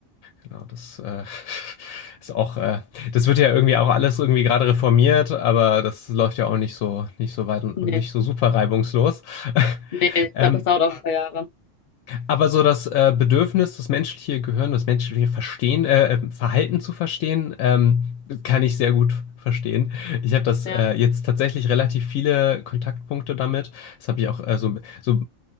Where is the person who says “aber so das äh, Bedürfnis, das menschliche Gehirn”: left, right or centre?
Left